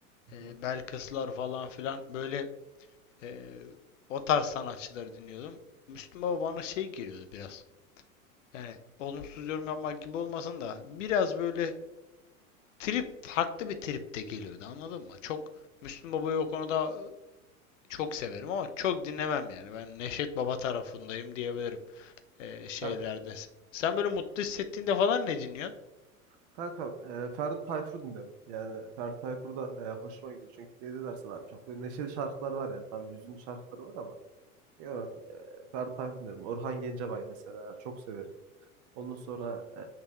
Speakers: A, on the right; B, on the left.
A: Hı
B: e,
A: hı.
B: Belkıslar falan filan böyle e, o tarz sanatçıları dinliyordum. Müslüm Baba bana şey geliyordu biraz. Yani olumsuz yorum yapmak gibi olmasın da biraz böyle trip farklı bir trip de geliyordu anladın mı? Çok Müslüm Baba'yı o konuda çok severim ama çok dinlemem yani. Ben Neşet Baba tarafındayım diyebilirim e, şeylerde.
A: Ya,
B: Sen böyle mutlu hissettiğinde falan ne dinliyorsun?
A: kanka e, Ferdi Tayfur dinliyorum. Yani Ferdi Tayfur da e, hoşuma gidiyor. Çünkü ne de dersen abi çok böyle neşeli şarkılar var yani. Tabii hüzünlü şarkıları var ama. Yani, e, Ferdi Tayfur dinliyorum. Orhan Gencebay mesela çok severim. Ondan sonra e,